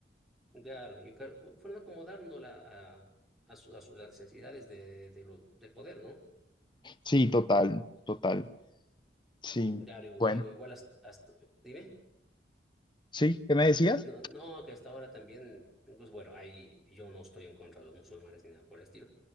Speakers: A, in the centre; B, on the left.
A: Claro, y claro, cu- fueron acomodándola a, a, su- a su- las necesidades de, de lo- del poder, ¿no?
B: Sí, total, total. Sí,
A: Claro, igu-
B: bueno.
A: igu- igual hasta, hasta- dime.
B: Sí, ¿qué me decías?
A: No, no, que hasta ahora también, pues bueno, hay, yo no estoy en contra de los musulmanes ni nada por el estilo,